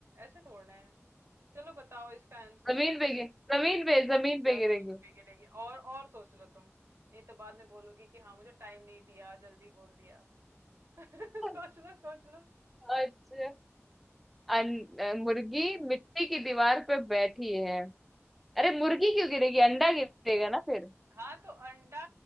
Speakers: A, on the right; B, in the centre.
A: ऐसे थोड़ना है चलो बताओ इसका आंसर
B: जमीन पे गिर जमीन पे जमीन
A: जमीन
B: पे गिरेगी
A: पे गिरेगी और और सोच लो तुम नहीं तो बाद में बोलोगी कि हाँ मुझे टाइम नहीं दिया जल्दी बोल दिया <laughs> सोच
B: <laughs>
A: लो सोच लो
B: अच्छा अन, मुर्गी मिट्टी की दीवार पे बैठी है अरे मुर्गी क्यों गिरेगी अंडा गिरेगा ना फिर
A: हाँ तो अंडा